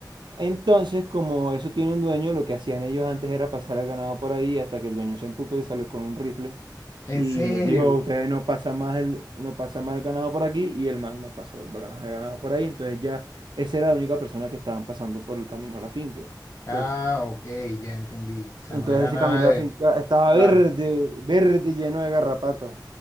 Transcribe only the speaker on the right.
Entonces, como eso tiene un dueño, lo que hacían ellos antes era pasar el ganado por ahí hasta que el dueño se emputó y salió con un rifle
y
les dijo, ustedes no pasan más el, no pasan más el ganado por aquí y el man no pasó el ganado el ganado por ahí. Entonces ya esa era la única persona que estaban pasando por el camino a la finca.
Entonces,
entonces
ese
camino
a la finca estaba
verde, verde, lleno de garrapatas.